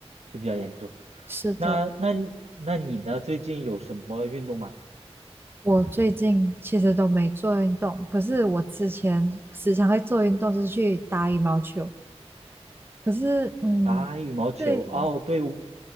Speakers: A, on the right; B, on the right.
A: 会比较严重。
B: 是的，
A: 那那你那你呢？最近有什么运动吗？
B: 我最近其实都没做运动，可是我之前时常会做运动，就是去打羽毛球。可是，嗯，
A: 打羽毛球？
B: 对，
A: 哦，对，我